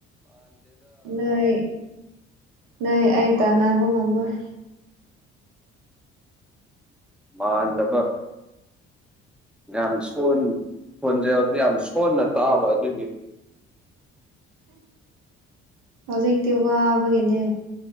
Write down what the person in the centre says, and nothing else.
ꯃꯥꯥꯟꯗꯕ ꯌꯥꯝ ꯁꯣꯟ ꯍꯣꯟꯖꯕꯗꯨ ꯌꯥꯝ ꯁꯣꯟꯅ ꯇꯥꯕ ꯑꯗꯨꯒꯤ